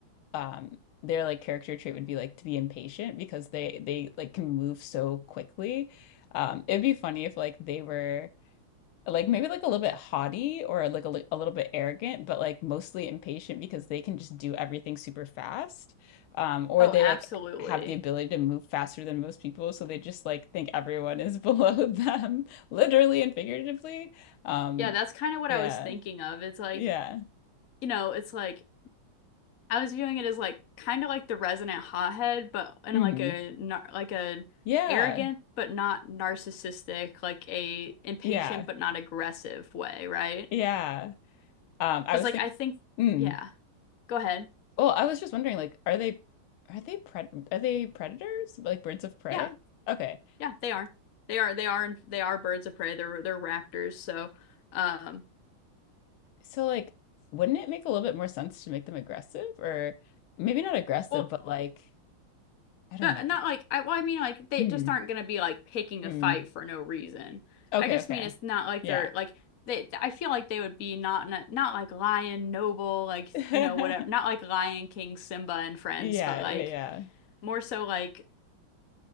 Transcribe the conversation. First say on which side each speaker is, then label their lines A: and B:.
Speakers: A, on the left; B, on the left.
A: um their like character trait would be like to be impatient because they they like can move so quickly. Um, it'd be funny if like they were like maybe like a little bit haughty or like a, li- a little bit arrogant, but like mostly impatient because they can just do everything super fast. Um, or
B: Oh,
A: they
B: absolutely.
A: like have the ability to move faster than most people, so they just like think everyone is <laughs> below them, literally and figuratively. Um,
B: Yeah, that's kind of what
A: yeah,
B: I was thinking of. It's like,
A: yeah,
B: you know, it's like I was viewing it as like kind of like the resonant hothead, but in
A: hmm
B: like a nar like a
A: Yeah,
B: arrogant but not narcissistic, like a impatient
A: yeah,
B: but not aggressive way, right?
A: yeah. Um, I
B: Because
A: was
B: like
A: thinking,
B: I think,
A: mm.
B: yeah, go ahead.
A: Well, I was just wondering, like, are they are they pred are they predators? Like birds of prey?
B: Yeah,
A: Okay.
B: yeah, they are, they are, they are, they are birds of prey. They're they're raptors. So, um,
A: So like, wouldn't it make a little bit more sense to make them aggressive or maybe not aggressive,
B: well,
A: but like, I don't
B: But
A: know.
B: not like I, well, I mean like they
A: Hmm.
B: just aren't gonna be like picking
A: Hmm.
B: a fight for no reason.
A: Okay,
B: I just
A: okay.
B: mean it's not like
A: Yeah.
B: they're like they. I feel like they would be not not, not like Lion Noble like
A: <laughs>
B: you know whatever. Not like Lion King Simba and friends,
A: Yeah,
B: but like
A: yeah, yeah.
B: more so like